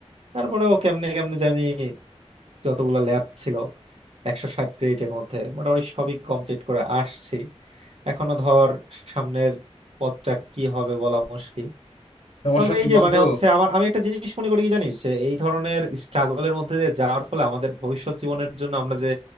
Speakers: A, on the right; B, on the left.
A: তারপরেও কেমনে কেমনে জানি যতগুলো ল্যাব ছিল একশো ষাট ক্রেডিটের মধ্যে মোটামুটি সবই কমপ্লিট করে আসছি এখনো ধর সামনের পথটা কি হবে বলা মুশকিল
B: সমস্যা
A: তবে
B: নেই
A: এই যে
B: বন্ধু
A: মানে হচ্ছে আমার আমি একটা জিনিস মনে করি কি জানিস যে এই ধরনের স্ট্রাগলের মধ্যে দিয়ে যাওয়ার ফলে আমাদের ভবিষ্যৎ জীবনের জন্য আমরা যে